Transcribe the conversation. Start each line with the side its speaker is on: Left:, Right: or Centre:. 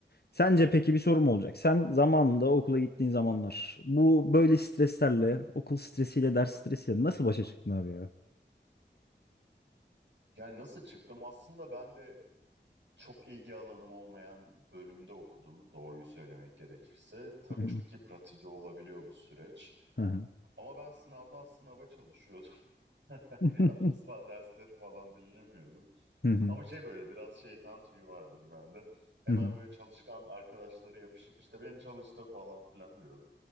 Left: Sence peki bir sorum olacak. Sen zamanında okula gittiğin zamanlar bu
Right: Hı.
Left: böyle streslerle, okul stresiyle, ders stresiyle nasıl başa çıktın abi ya?
Right: Yani nasıl çıktım? Aslında ben de çok ilgi alanım olmayan bölümde okudum, doğruyu söylemek gerekirse. Tabii
Left: Hı hı.
Right: çok yıpratıcı olabiliyor bu süreç.
Left: Hı
Right: Ama ben sınavdan sınava çalışıyordum. <laughs>
Left: hı. <laughs>
Right: Asla dersleri falan dinlemiyordum.
Left: Hı hı.
Right: Ama şey böyle biraz şeytan tüyü vardır bende. Hemen
Left: Hı hı.
Right: böyle çalışkan arkadaşları yapışıp işte beni çalıştır falan filan diyordum.